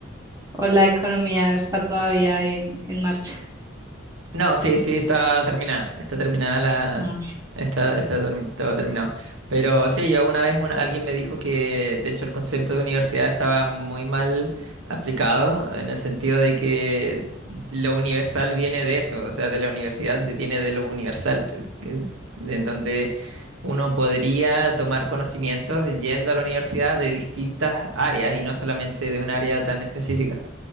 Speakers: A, on the right; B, on the right.
A: o la economía está todavía en, en marcha.
B: No, sí, sí, está terminada. Está terminada la.
A: No.
B: Está, está term- todo terminado. Pero sí, yo una vez una- alguien me dijo que, de hecho, el concepto de universidad estaba muy mal aplicado, en el sentido de que lo universal viene de eso, o sea, de la universidad de- viene de lo universal, eh, que- de en donde uno podría tomar conocimientos yendo a la universidad de distintas áreas y no solamente de un área tan específica.